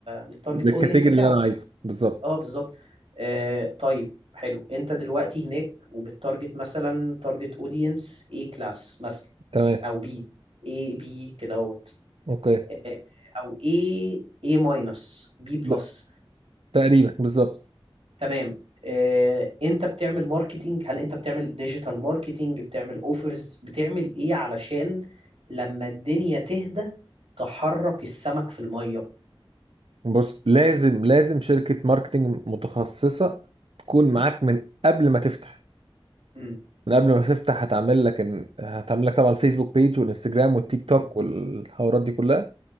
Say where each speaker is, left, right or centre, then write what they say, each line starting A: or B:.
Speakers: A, on the right (about 90°); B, on the right (about 70°).
A: للتارجت
B: للكاتيجوري
A: اودينس بتاعك
B: اللي انا عايزه بالظبط
A: اه بالظبط آه طيب حلو انت دلوقتي هناك وبتارجت مثلا تارجت اودينس اي كلاس مثلا
B: تمام
A: او بي اي بي كده اهوت
B: اوكي
A: آه، او اي اي ماينس بي بلس
B: ب... تقريبا بالظبط
A: تمام آه، انت بتعمل ماركتينج هل انت بتعمل ديجيتال ماركتينج بتعمل اوفرز بتعمل ايه علشان لما الدنيا تهدى تحرك السمك في المية
B: بص لازم لازم شركه ماركتنج متخصصه تكون
A: م?
B: معاك من قبل ما تفتح
A: م-
B: من قبل ما تفتح هتعمل لك إن... هتعمل لك طبعا الفيسبوك بيج والانستجرام والتيك
A: م-
B: توك والحوارات دي كلها